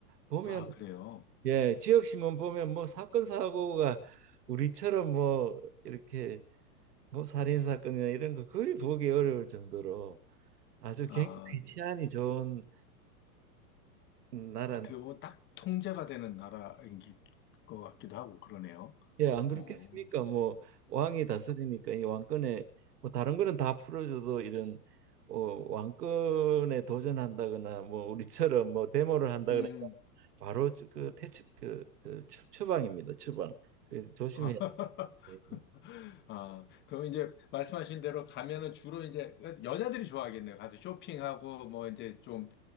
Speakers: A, on the right; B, on the left.
A: 보면
B: 아, 그래요.
A: 예, 지역 신문 보면 뭐 사건 사고가 우리처럼 뭐 이렇게 뭐 살인 사건이나 이런 거 거의 보기 어려울 정도로 아주
B: 아,
A: 굉장히 치안이 좋은 나라.
B: 어떻게 보면 딱 통제가 되는 나라인 기- 것 같기도 하고 그러네요.
A: 예, 안 그렇겠습니까?
B: 어,
A: 뭐 왕이 다스리니까 이 왕권에 뭐 다른 거는 다 풀어줘도 이런 어, 왕권에 도전한다거나 뭐 우리처럼 뭐 데모를 한다거나
B: 음,
A: 바로 그 퇴출 그, 그 추- 추방입니다. 추방. 그 조심해야
B: <laughs>
A: 돼.
B: 아, 그럼 이제 말씀하신 대로 가면은 주로 이제 여자들이 좋아하겠네요. 가서 쇼핑하고 뭐 이제 좀